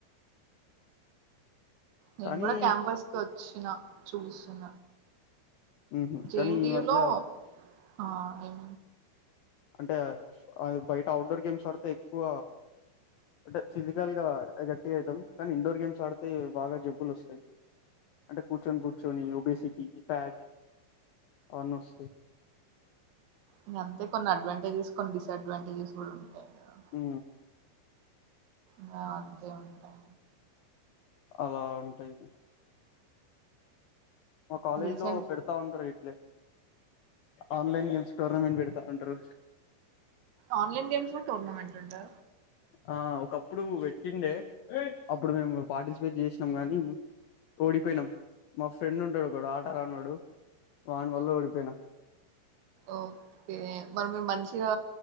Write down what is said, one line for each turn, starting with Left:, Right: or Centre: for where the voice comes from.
Right: నేను
Left: కానీ
Right: కూడా క్యాంపస్ కి వచ్చిన చూసిన
Left: ఉహు
Right: జేఎన్టీయు
Left: కానీ ఈ మధ్య
Right: లో ఆ ఏమ
Left: అంటే అ బయట అఔట్డోర్ గేమ్స్ ఆడితే ఎక్కువ అంటే ఫిజికల్ గా గట్టిగా అవుతాం కానీ ఇండోర్ గేమ్స్ ఆడితే బాగా జబ్బులు వస్తాయి అంటే కూర్చన్ కూర్చుని బసిటీ ఫ్యాట్ అవన్నీ వస్తాయ్
Right: ఇ అంతే కొన్ని అడ్వాంటేజెస్ కొన్ని డిసఅడ్వాంటేజెస్ కూడా ఉంటాయి కదా
Left: ఉ
Right: మే అంతే ఉంటాయి
Left: అలా ఉంటాయి మా కాలేజ్
Right: రీసెంట్
Left: లో పెడత తా ఉంటారు ఇట్లే ఆన్లైన్ గేమ్స్ టోర్నమెంట్ పెడతా ఉంటారు
Right: ఆన్లైన్ గేమ్స్ లో టోర్నమెంట్ అంటా
Left: ఆ ఒకప్పుడు పెట్టిండే అప్పుడు మేము పార్టిసిపేట్ చేసినాం గాని ఓడిపోయినాం మా ఫ్రెండ్ ఉంటడు ఒకడు ఆట రానోడు వాని వల్ల ఓడిపోయినాం
Right: ఓకే మరి మీరు మంచిగా